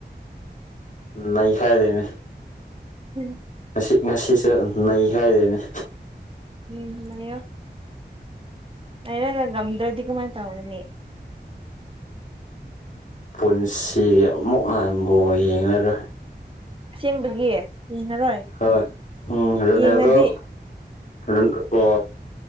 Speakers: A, on the left; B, on the right.
A: ꯅꯩꯈꯥꯏꯗꯨꯏꯅꯤ
B: <unintelligible>
A: ꯉꯁꯤ ꯉꯁꯤꯁꯨ ꯅꯩꯈꯥꯏꯗꯣꯏꯅꯤ
B: ꯎꯝ ꯅꯩꯌꫭ ꯅꯩꯔꯒ ꯉꯝꯗ꯭ꯔꯗꯤ ꯀꯃꯥꯏ ꯇꯧꯒꯅꯤ
A: ꯄꯨꯟꯁꯤꯒꯤ ꯑꯃꯨꯛ ꯍꯟ ꯕꯣꯟ ꯌꯦꯡꯉꯔꯣꯏ
B: ꯑꯁꯦꯡꯕꯒꯤ ꯌꯦꯡꯉꯔꯣꯏ
A: ꯍꯣꯏ ꯎꯝ ꯔꫭꯅꯥꯜꯗꫭ
B: ꯌꯦꯡꯉꯗꯤ
A: ꯔꯨꯟ ꯑꯣ